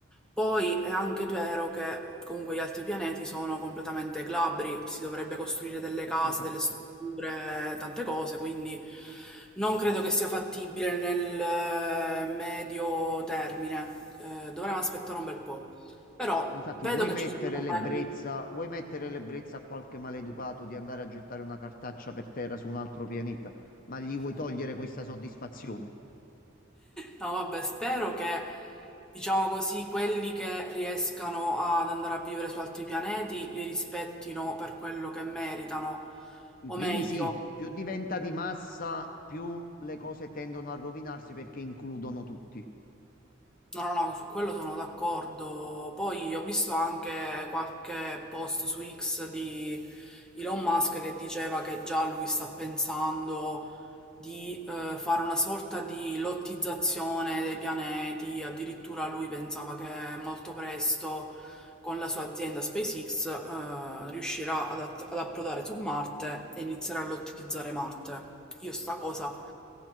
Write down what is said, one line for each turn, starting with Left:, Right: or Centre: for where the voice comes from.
Centre: Poi è anche vero che comunque gli altri pianeti sono completamente glabri, si dovrebbe costruire delle
Left: Eh,
Centre: case,
Left: esatto.
Centre: delle strutture, tante cose, quindi non credo che sia fattibile nel eh, medio termine. Eh, dovremmo aspettare un bel po'. Però
Left: Ma difatti
Centre: vedo
Left: vuoi
Centre: che
Left: mettere
Centre: ci sono
Left: l'ebbrezza,
Centre: magari...
Left: vuoi mettere l'ebbrezza a qualche maleducato di andare a gettare una cartaccia per terra su un altro pianeta, ma gli vuoi togliere questa soddisfazione?
Centre: No, vabbè, spero che, diciamo così, quelli che riescano ad andare a vivere su altri pianeti li rispettino per quello che meritano.
Left: I
Centre: O
Left: primi
Centre: meglio,
Left: sì, più diventa di massa, più le cose tendono a rovinarsi perché includono tutti.
Centre: No, no, no, su quello sono d'accordo. Poi ho visto anche qualche post su X di Elon Musk che diceva che già lui sta pensando di eh, fare una sorta di lottizzazione dei pianeti. Addirittura lui pensava che molto presto con la sua azienda SpaceX, eh, riuscirà ad, att- ad approdare su Marte e inizierà a lottizzare Marte. Io sta cosa